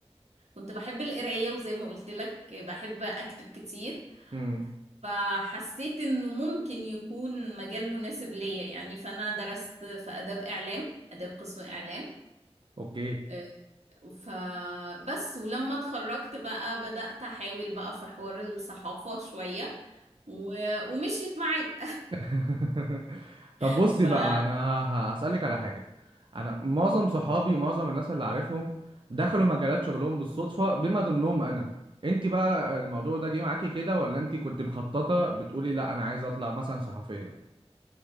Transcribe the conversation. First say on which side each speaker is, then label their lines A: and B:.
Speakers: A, on the right; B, on the right.
A: كنت بحب القراية وزي ما قلت لك بحب أكتب كتير
B: امم
A: فحسيت إنه ممكن يكون مجال مناسب ليا يعني فأنا درست في آداب إعلام آداب قسم إعلام
B: أوكي
A: آه، فبس ولما اتخرجت بقى بدأت أحاول بقى في حوار الصحافة شوية و... ومشيت معايا
B: <laughs> طب بصي
A: <laughs>
B: بقى انا ه- هسألك على حاجة انا معظم صحابي ومعظم الناس اللي عارفهم دخلوا مجالات شغلهم بالصدفة بما ضمنهم انا انت بقى الموضوع ده جه معاكي كده ولا انت كنت مخططة بتقولي لا انا عايزة اطلع مثلا صحفية